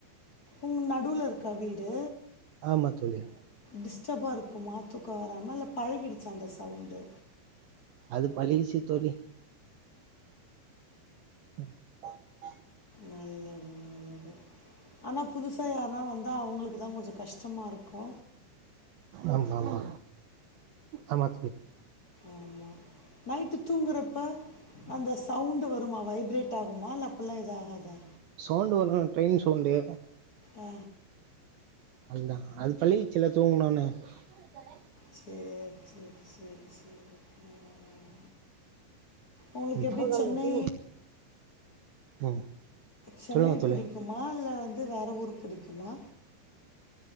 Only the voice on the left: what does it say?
உங் நடுல இருக்கா வீடு
டிஸ்டபா இருக்குமா தூக்கோ வராம இல்ல பழகிடுச்சா அந்த சவுண்டு
நல்லது நல்லது ஆனா புதுசா யார்னா வந்தா அவுங்களுக்கு தா கொஞ்ச கஷ்டமா இருக்கு
ஆமாம் நைட்டு தூங்குறப்ப அந்த சவுண்டு வருமா வைப்ரேட் ஆகுமா இல்ல அப்பில்லா எது ஆகாதா
ஆ
சேர் சேர் சேர் சேர் ம் உங்களுக்கு
எப்டி சென்னை
சென்னை
புடிக்குமா
இல்ல வந்து வேற ஊரு புடிக்குமா